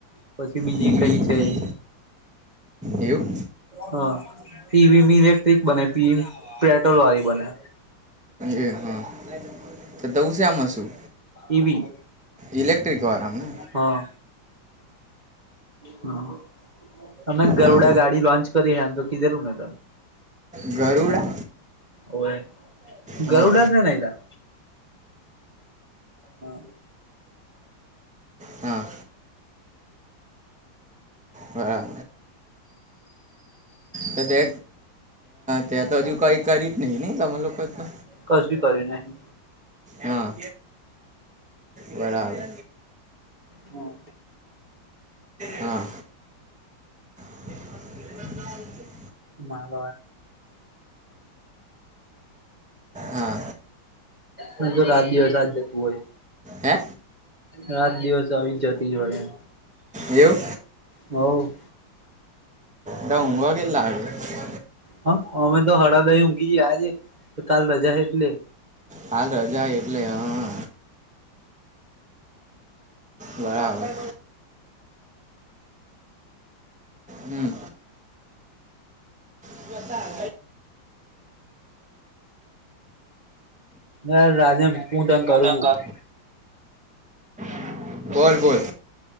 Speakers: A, on the right; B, in the centre.
A: પછી બીજી
B: પીવીપી
A: કઈક છે
B: એવું
A: હા પીવીમ લેક્ટિક બને પીવીમ પેટ્રોલ વાી બને
B: એ હા તો દુંસેમાં શું
A: ઈવી
B: ઇલેક્ટ્રિક વારામને
A: હા હા અમે ગરડા
B: હા
A: ગાડી લોન્ચ કરી હ એમ તો કીધેલું મેં તને
B: ગરુડા
A: ઓવે
B: હા
A: ગરુડા જ ને ન એલા હા
B: હા હા તો તે ત તો હજુ કઈ કર્યું જ નહી નહી તમામે લોકો તો
A: કશુંી કર્યું નહી
B: હા બરાબર
A: હમ
B: હા છે
A: કોઈ બીચ
B: હા
A: મેં દૂતરી ધોની દેના હ તો રાત દિવસ આજ જતું હોય
B: હે
A: રાત દિવસ આવી જતી હોાઈ
B: એવું.
A: હ.
B: ડઉંગવા ગલા હ <unintelligible>
A: હા અમે તો હડાદહી ઊંઘી જ આજે, કાલ રજા એટલે.
B: હાલ રજા એટલે હા. બરાબર. હમ. િવસા <inaudible>
A: યાર રાજન
B: રાજા
A: હું તને કરું
B: ત <unintelligible> બોલ બોલ.